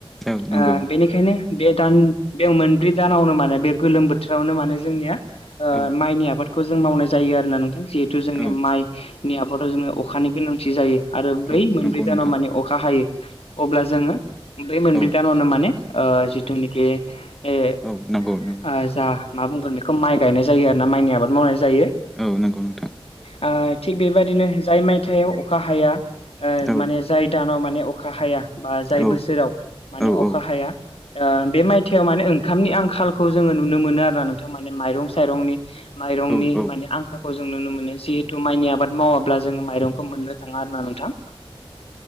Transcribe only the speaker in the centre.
औ नंगौ
औ
औ
औ
नंगौ
नोंथां
औ
औ नंगौ नंगौ
औ नंगौ नोंथां।
औ
औ
औ
औ
औ औ